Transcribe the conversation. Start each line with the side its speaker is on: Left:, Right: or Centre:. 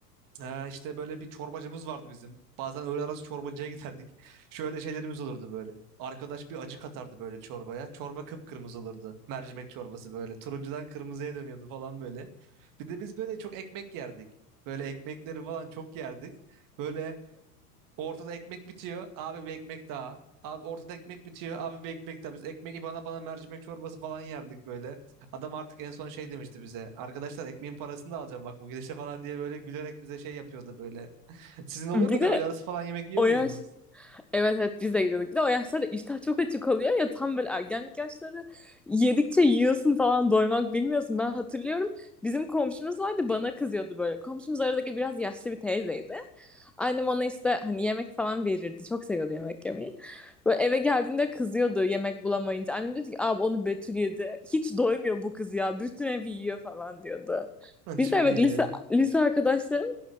Right: Ee, işte böyle bir çorbacımız vardı bizim. Bazen öğle arası çorbacıya giderdik. <laughs> Şöyle şeylerimiz olurdu böyle. Arkadaş bir acı katardı böyle çorbaya. Çorba kıpkırmızı olurdu. Mercimek çorbası böyle. Turuncudan kırmızıya dönüyordu falan böyle. Bir de biz böyle çok ekmek yerdik. Böyle ekmekleri falan çok yerdik. Böyle Ortada ekmek bitiyor. Abi bir ekmek daha. Abi ortada ekmek bitiyor. Abi bir ekmek daha. Biz ekmek bana bana mercimek çorbası falan yerdik böyle. Adam artık en son şey demişti bize. Arkadaşlar ekmeğin parasını da alacağım bak bu gidişle falan diye böyle gülerek bize şey yapıyordu böyle. <laughs> Sizin oluyor
Centre: Bir
Right: mu
Centre: de
Right: da öğle arası falan yemek yiyor
Centre: o
Right: muydunuz?
Centre: yaş Evet evet biz de gidiyorduk. Bir de o yaşlarda iştah çok açık oluyor ya tam böyle ergenlik yaşları yedikçe yiyorsun falan doymak bilmiyorsun. Ben hatırlıyorum bizim komşumuz vardı bana kızıyordu böyle. Komşumuz aradaki biraz yaşlı bir teyzeydi. Annem ona işte hani yemek falan verirdi. Çok seviyordu yemek yemeyi. Böyle eve geldiğinde kızıyordu yemek bulamayınca. Annem diyordu ki abi onu Betül yedi. Hiç doymuyor bu kız ya. Bütün evi yiyor falan diyordu.
Right: <laughs>
Centre: Biz
Right: Çok
Centre: de evet
Right: iyi
Centre: lise,
Right: ya.
Centre: lise arkadaşlarım